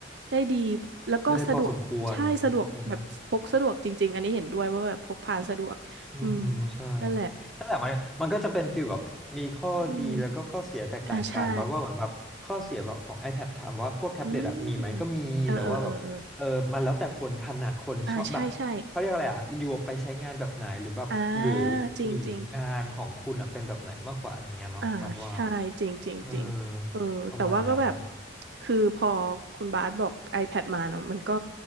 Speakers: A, on the right (about 60°); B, in the centre.
A: ได้ดีแล้วก็สะดวกใช่สะดวกแบบพกสะดวกจริงๆอันนี้เห็นด้วยว่าแบบพกพาสะดวกอืม
B: ได้พอสมควร อันนี้ อืมอืมใช่
A: นั่นแหละ
B: นั่นแหละมันมันก็จะเป็นฟีลแบบมีข้อดีแล้วก็ข้อเสียแตกต่างกันบัดว่าเหมือนแบบข้อเสียแบบของ
A: อืมอ่าใช่
B: iPad ถามว่าพวกแท็บเล็ตอะมีไหมก็มีแต่ว่าแบบเออมันแล้วแต่คนถนัดคนชอบแบบเขาเรียกอะไรอะอยู่ไปใช้งานแบบไหนหรือแบบหรือ
A: อืมเออเออเออเอออ่าใช่ใช่อ่าจริงจริง
B: หรืองานของคุณอะเป็นแบบไหนมากกว่าอะไรเงี้ยเนาะวัดว่า
A: อ่าใช่จริงจริงจริงเออแต่ว่าก็แบบ
B: เออประมาณนั้น
A: คือพอคุณบาสบอก iPad มาเนาะมันก็